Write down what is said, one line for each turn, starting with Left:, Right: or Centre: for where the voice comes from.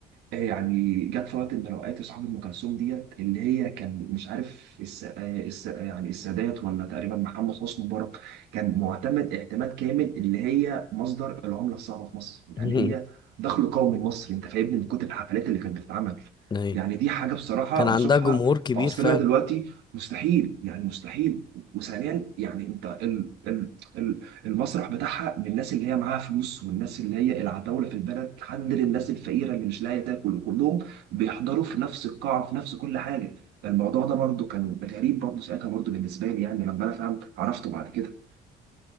Right: آه، يعني جت في وقت من الاوقات صاحب ام كلثوم ديت اللي هي كان مش عارف الس... آه، الس... آه، يعني السادات ولا تقريبا محمد حسني مبارك كان معتمد اعتماد كامل اللي هي مصدر العمله الصعبه في مصر يعني
Left: <laughs>
Right: هي دخل قومي لمصر انت فاهمني من كتر الحفلات اللي كانت بتتعمل
Left: ايوه
Right: يعني دي حاجه بصراحه
Left: كان عندها
Right: بشوفها
Left: جمهور كبير
Right: في عصرنا
Left: فعلا
Right: دلوقتي مستحيل يعني مستحيل وثانيا يعني انت ال... ال... ال... المسرح بتاعها من الناس اللي هي معاها فلوس والناس اللي هي العتاولة في البلد حد للناس الفقيرة اللي مش لاقية تاكل كلهم بيحضروا في نفس القاعة في نفس كل حاجة الموضوع ده برضه كان غريب برضه ساعتها برضه بالنسبة لي يعني لما أنا فهمت عرفته بعد كده